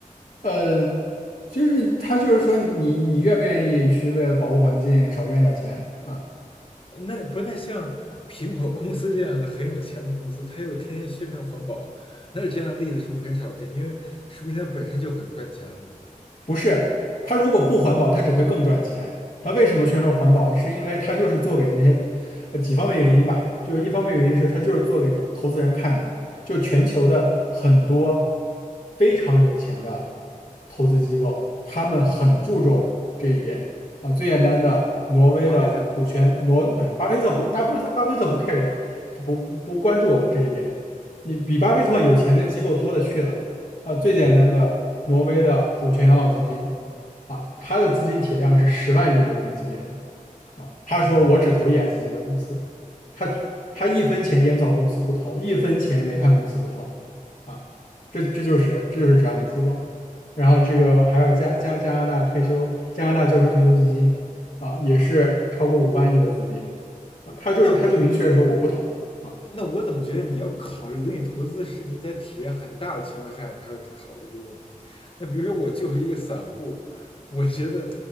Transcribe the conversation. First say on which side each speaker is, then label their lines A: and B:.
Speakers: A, on the left (about 60°); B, on the left (about 40°).
A: 呃，就是他就是说你你愿不愿意去为了保护环境少赚一点钱啊？
B: 那不太像苹果公司这样的很有钱的公司，它又天天宣传环保，那这样的例子是不是很少见？因为说明它本身就很赚钱了。
A: 不是，它如果不环保，它只会更赚钱。它为什么宣传环保？是因为它就是做给那些，呃，几方面原因吧。就是一方面原因是它就是做给投资人看的，就全球的很多非常有钱的投资机构，他们很注重这一点啊。最简单的，挪威的主权，
B: 巴菲特，
A: 挪，哎，巴菲特不，巴菲特巴菲特不 care 也不不不关注这一点。你比巴菲特有钱的机构多了去了。
B: 嗯
A: 呃，最简单的，
B: 嗯
A: 挪威的主权养老基金啊，它的资金体量是十万亿美元级别的啊。他说我只投
B: 嗯，
A: ESG 的公司，他他一分钱烟草公司不投，一分钱煤炭公司不投啊。这这就是这就是这样的机构。然后这个还有加加加拿大退休加拿大教师退休基金啊，也是超过五万亿的资金啊。他就是他就明确说我不投。
B: 那我
A: 啊。
B: 那我怎么觉得你要考虑轮你投资是你在体量很大的情况下你才会考虑这个问题？那比如说我就是一个散户，我觉得